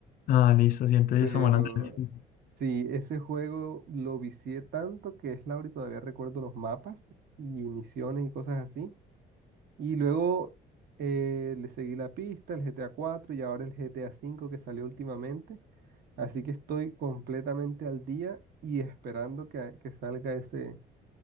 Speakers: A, on the left; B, on the right.
A: Ah, listo, sí, entonces
B: Pero
A: estamos hablando del mismo.
B: sí, ese juego lo vicié tanto que es Laura y todavía recuerdo los mapas y misiones y cosas así. Y luego eh, le seguí la pista, el GTA cuatro y ahora el GTA cinco que salió últimamente. Así que estoy completamente al día y esperando que, que salga ese,